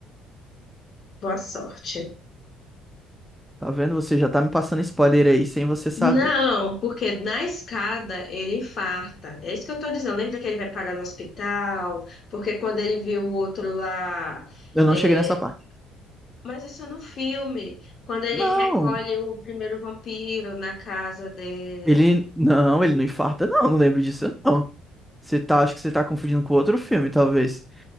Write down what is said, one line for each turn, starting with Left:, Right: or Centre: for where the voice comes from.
Left: Boa sorte.
Centre: Tá vendo? Você já tá me passando spoiler aí sem você saber.
Left: Não, porque na escada ele infarta. É isso que eu tô dizendo. Lembra que ele vai parar no hospital? Porque quando ele viu o outro lá.
Centre: Eu não
Left: é,
Centre: cheguei nessa parte.
Left: Mas isso é no filme. Quando ele
Centre: Não,
Left: recolhe o primeiro vampiro na casa dele.
Centre: ele não, ele não infarta, não, não lembro disso, não. Você tá, acho que você tá confundindo com outro filme, talvez.